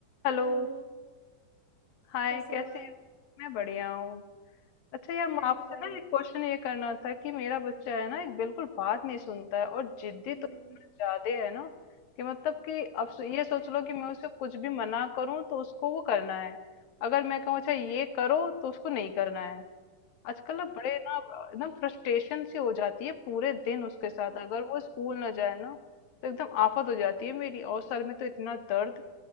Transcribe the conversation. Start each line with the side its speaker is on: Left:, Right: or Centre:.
Left: Hello
Right: Hello
Left: Hi
Right: कैसे
Left: कैसे
Right: हो आप
Left: हो मैं बढ़िया हूँ अच्छा यार
Right: मैं
Left: मैं आपसे
Right: भी बढ़िया
Left: ना एक क्वेश्चन ये करना था कि मेरा बच्चा है ना एक बिल्कुल बात नहीं सुनता है और जिद्दी तो
Right: जी
Left: इतना ज्यादा है ना कि मतलब कि अब सो- ये सोच लो कि मैं उसे कुछ भी मना करूँ तो उसको वो करना है अगर मैं कहूँ अच्छा ये करो तो उसको नहीं करना है आजकल ना बड़े ना एकदम फ्रस्ट्रेशन सी हो जाती है पूरे दिन उसके साथ
Right: जी
Left: अगर
Right: जी
Left: वो स्कूल ना जाए ना तो एकदम आफत हो जाती है मेरी और सर में तो इतना दर्द